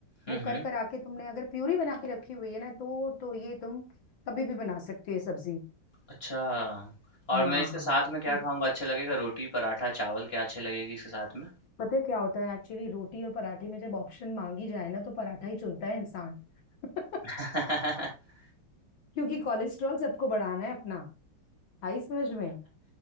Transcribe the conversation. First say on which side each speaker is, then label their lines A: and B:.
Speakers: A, on the left (about 25°); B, on the left (about 65°).
A: हम्म
B: वो कर
A: हम्म
B: कर आके तुमने अगर प्यूरी बना के रखी हुई है ना तो तो ये तुम कभी भी बना सकते हो ये सब्जी
A: अच्छा, और
B: हाँ
A: मैं इसके साथ में क्या
B: ये
A: खाऊँगा अच्छा लगेगा? रोटी, पराठा, चावल क्या अच्छे लगेगी इसके साथ में?
B: पता है क्या होता है एक्चुअली रोटी और पराठे में जब ऑप्शन मांगी जाए ना तो पराठा ही चुनता है इंसान <laughs>
A: <laughs>
B: क्योंकि कोलेस्ट्रॉल सबको बढ़ाना है अपना आई समझ में